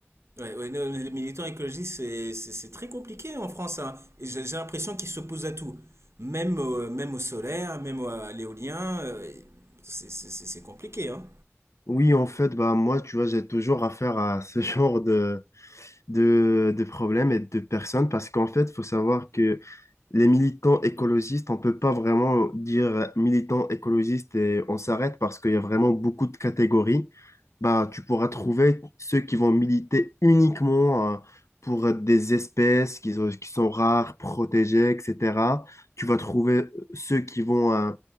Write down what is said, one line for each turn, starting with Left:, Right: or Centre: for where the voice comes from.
Right: Ouais, ouais, non, les militants écologistes, c'est, c'est- c'est très compliqué en France, hein. Et j'ai j'ai l'impression qu'ils s'opposent à tout. Même, au- même au solaire, même à l'éolien, euh, c'est c'est- c'est- c'est compliqué, hein.
Left: Oui, en fait, bah, moi, tu vois, j'ai toujours affaire à ce <laughs> genre de, de, de problèmes et de personnes parce qu'en fait, il faut savoir que les militants écologistes, on ne peut pas vraiment dire militants écologistes et on s'arrête parce qu'il y a vraiment beaucoup de catégories. Bah, tu pourras trouver ceux qui vont militer uniquement euh, pour des espèces qui sont, qui sont rares, protégées, etc. Tu vas trouver euh, ceux qui vont euh,